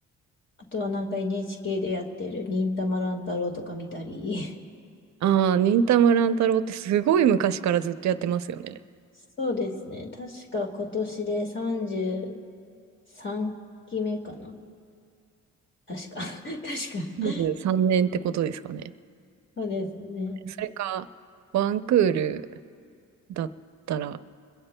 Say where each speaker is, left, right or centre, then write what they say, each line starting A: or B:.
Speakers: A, on the left; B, on the right.
A: あとはなんか NHK でやってる忍たま乱太郎とか見たり。<laughs>
B: ああ、忍たま乱太郎ってすごい昔からずっとやってますよね。
A: そうですね。確か今年で33期目かな。確か。<laughs> 確か。
B: 23年ってことですかね。
A: そうですね。
B: それか、ワンクールだったら。